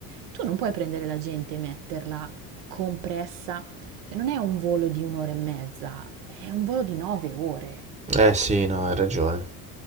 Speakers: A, on the right; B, on the right.
A: tu non puoi prendere la gente e metterla compressa... Cioè non è un volo di un'ora e mezza, è un volo di nove ore.
B: Eh sì, no, hai ragione.